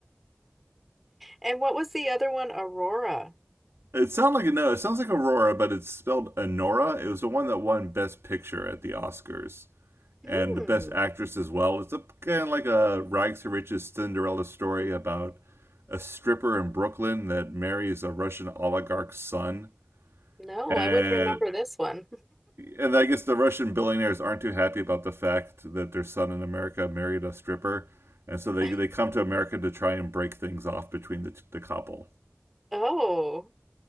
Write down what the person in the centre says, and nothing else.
And what was the other one? Aurora.
Hmm.
No,
I would remember this one.
<laughs>
Oh,